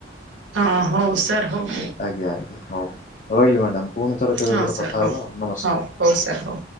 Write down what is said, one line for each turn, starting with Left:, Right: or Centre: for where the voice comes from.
Right: ହଁ ହଉ ସାର୍ ହଉ।
Left: ଆଜ୍ଞା ଆଜ୍ଞା ହଉ ରହିଲି ମ୍ୟାଡ଼ାମ ପୁଣି ଥରେ କେବେ
Right: ହଁ
Left: ଗୋଟେ
Right: ସାର୍
Left: କଥା
Right: ହଉ।
Left: ହେବା ନମସ୍କାର।
Right: ହଉ ହଉ ସାର୍ ହଉ।